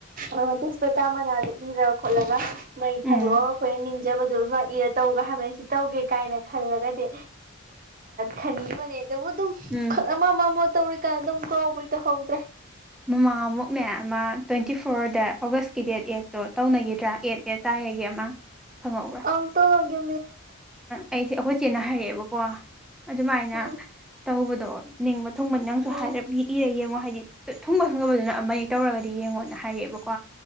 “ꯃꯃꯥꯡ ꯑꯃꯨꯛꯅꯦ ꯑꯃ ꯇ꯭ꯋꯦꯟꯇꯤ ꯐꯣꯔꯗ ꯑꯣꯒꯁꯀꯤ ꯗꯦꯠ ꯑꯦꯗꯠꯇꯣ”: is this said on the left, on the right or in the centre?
Centre